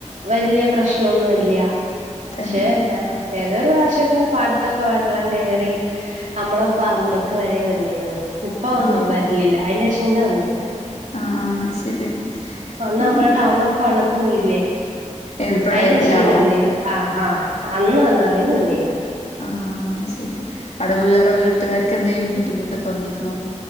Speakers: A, on the right (about 80°); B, on the left (about 65°).
A: വലിയ പ്രം പ്രശ്നമൊന്നും ഇല്ല്യ
B: തന്നെ
A: ശേ ആ ഏതോരു പ്രാവശ്യക്കെ പാടത്തൊക്കെ വെള്ളം കയറി നമ്മള പറമ്പക്ക് വരെ വന്നിരുന്നു ഇപ്പൊ
B: ആഹ്
A: വരിലില്ല അതിന്റെ ശേഷം പിന്നെ വന്നിട്ടില്ല
B: ആഹ് ആഹ് ശരി
A: അന്ന് നമ്മള
B: ആഹ്
A: ടൗണോക്കെ വെള്ളത്തി മുങ്ങി
B: ഏത് പ്രളയത്തിലാണോ
A: അയിന്റെ ശേഷം പിന്നെ വന്നില്ല ആഹ് ആഹ അന്ന് വന്നത് അണ് പിന്നെ വന്നില്ല
B: ആഹ് ആഹ് ആ ശരി അവിടെ വേറെ വീട്ടുകാർക്ക് എന്തെങ്കിലും ബുദ്ധിമുട്ടൊക്കെ വന്നിരുന്നോ